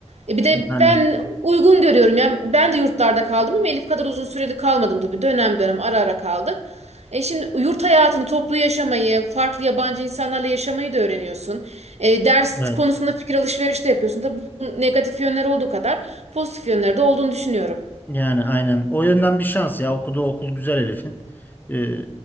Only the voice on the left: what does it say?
Yani
evet.
Yani aynen. O yönden bir şans ya. Okuduğu okul güzel Elif'in. Ee,